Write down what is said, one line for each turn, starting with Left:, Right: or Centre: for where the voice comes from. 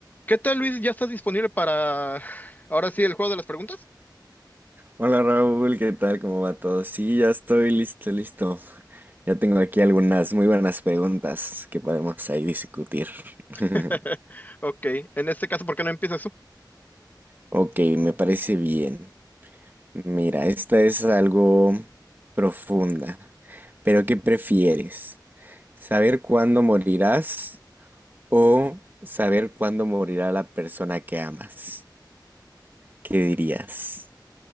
Left: ¿Qué tal, Luis? ¿Ya estás disponible para ahora sí el juego de las preguntas?
Right: Hola Raúl, ¿qué tal? ¿Cómo va todo? Sí, ya estoy listo, listo. Ya tengo aquí algunas muy buenas preguntas que podemos ahí discutir. <laughs>
Left: <laughs> Ok, en este caso, ¿por qué no empiezas tú?
Right: Ok, me parece bien. Mira, esta es algo profunda. Pero ¿qué prefieres? ¿Saber cuándo morirás o saber cuándo morirá la persona que amas? ¿Qué dirías?